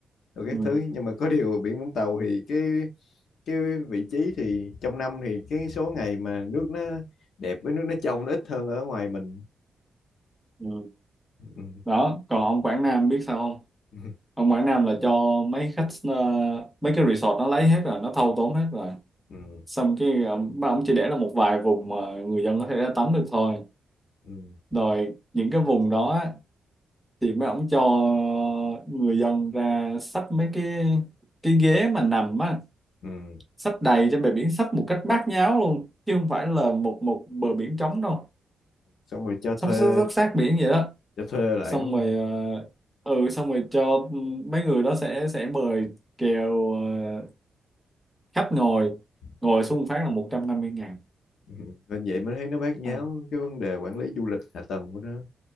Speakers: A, on the left (about 70°); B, in the centre.
A: rồi các
B: ừ,
A: thứ nhưng mà có điều biển Vũng Tàu thì cái cái vị trí thì trong năm thì cái số ngày mà nước nó đẹp với nước nó trong nó ít hơn ở ngoài mình
B: ừ.
A: ừ.
B: đó còn ông Quảng Nam biết sao không
A: Ừ.
B: ông Quảng Nam là cho mấy khách ờ, mấy cái resort nó lấy hết rồi nó thâu tóm hết rồi
A: Ừ.
B: xong cái ờ, ba ông chỉ để là một vài vùng mà người dân có thể ra tắm được thôi
A: Ừ.
B: rồi những cái vùng đó á, thì mấy ông cho người dân ra xách mấy cái cái ghế mà nằm á
A: Ừ.
B: sắp đầy trên bờ biển sắp một cách bát nháo luôn chứ không phải là một một bờ biển trống đâu
A: xong rồi cho thuê
B: sắp sắp, sắp sát biển vậy đó
A: cho thuê lại
B: xong
A: đúng không
B: rồi ờ, ừ xong rồi cho mấy người đó sẽ sẽ mời kèo ờ, khách ngồi ngồi
A: Ừ.
B: xuống phát là 150 ngàn
A: Ừ, nên vậy mới thấy nó bát nháo
B: à,
A: cái vấn đề quản lý du lịch hạ tầng của nó